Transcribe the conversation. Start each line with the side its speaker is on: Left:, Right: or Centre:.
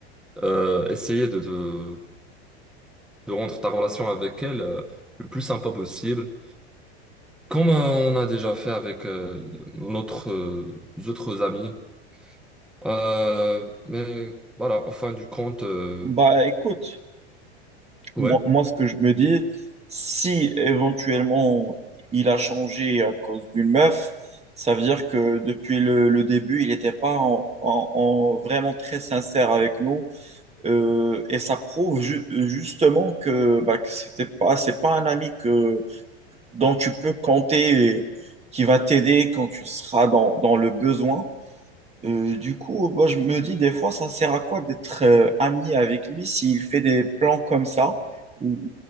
Centre: euh, essayer de, de, de rendre ta relation avec elle euh, le plus sympa possible, comme euh, on a déjà fait avec euh, notre, euh, autres amis. Euh, mais voilà, en fin du compte, euh,
Right: bah écoute,
Centre: ouais,
Right: moi, moi, ce que je me dis, si éventuellement il a changé à cause d'une meuf, ça veut dire que depuis le, le début, il n'était pas en, en- en vraiment très sincère avec nous. Euh, et ça prouve ju- justement que, bah, que c'était pas, c'est pas un ami que, dont tu peux compter et qui va t'aider quand tu seras dans, dans le besoin. Euh, du coup, moi, je me dis des fois, ça sert à quoi d'être euh, ami avec lui s'il fait des plans comme ça ou,